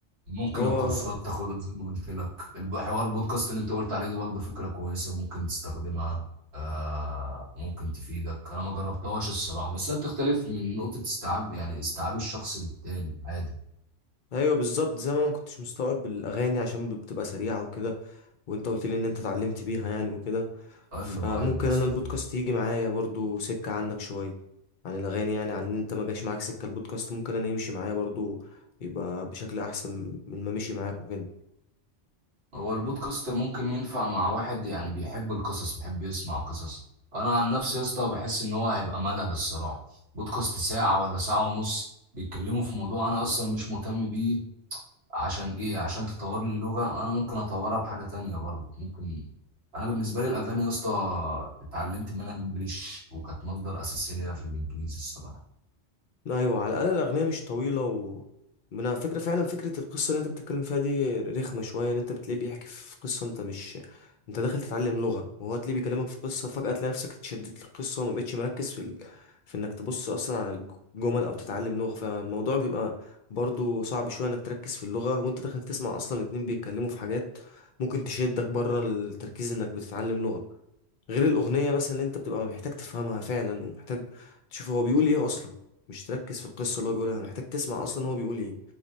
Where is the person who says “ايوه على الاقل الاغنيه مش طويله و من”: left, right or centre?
Left